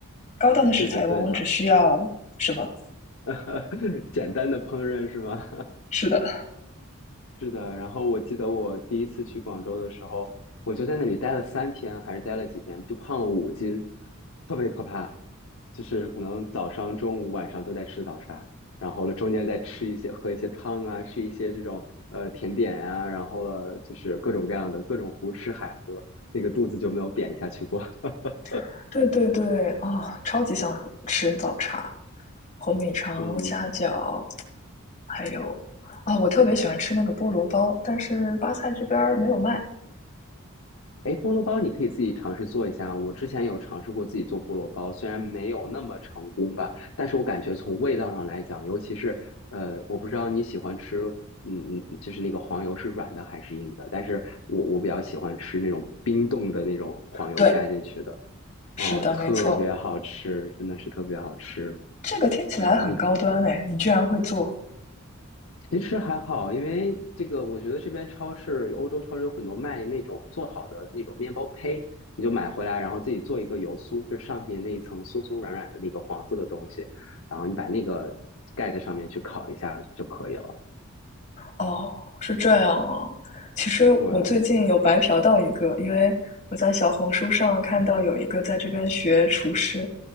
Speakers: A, on the left; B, on the left.
A: 高档的食材往往只需要什么？
B: 对的，对的。<laughs> 简单的烹饪是吗？
A: 是的，
B: <laughs> 是的。然后我记得我第一次去广州的时候，我就在那里待了三天，还是待了几天，就胖了五斤，特别可怕。就是可能早上、中午、晚上都在吃早茶，然后了中间再吃一些、喝一些汤啊，吃一些这种呃甜点呀、然后了就是各种各样的各种胡吃海喝，那个肚子就没有扁下去过。<laughs>
A: <laughs> 对对对，啊、超级想喝吃早茶。红米肠、
B: 嗯。
A: 虾饺，还有啊，哦我特别喜欢吃那个菠萝包，但是巴塞这边儿没有卖。
B: 哎，菠萝包你可以自己尝试做一下。我之前有尝试过自己做菠萝包，虽然没有那么成功吧，但是我感觉从味道上来讲，尤其是呃，我不知道你喜欢吃，嗯，嗯就是那个黄油是软的还是硬的，但是我我比较喜欢吃那种冰冻的那种黄油加进去的，
A: 对，是的，
B: 哦，特别好吃，
A: 没错，
B: 真的是特别好吃。
A: 这个听起来很高端哎，
B: 对，你
A: 你居然会做？
B: 其实还好，因为这个，我觉得这边超市，欧洲超市有很多卖那种做好的那种面包胚，你就买回来，然后自己做一个油酥，就是上面那一层酥酥软软的那个黄色的东西，然后你把那个盖在上面去烤一下就可以了。
A: 哦，是这样啊。其实我最近有白嫖到一个，
B: 对，
A: 因为我在小红书上看到有一个在这边学厨师，